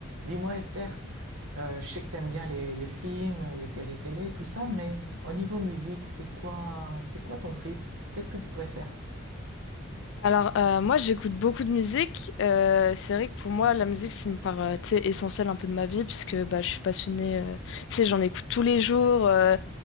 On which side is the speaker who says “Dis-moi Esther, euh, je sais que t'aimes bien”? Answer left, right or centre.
Right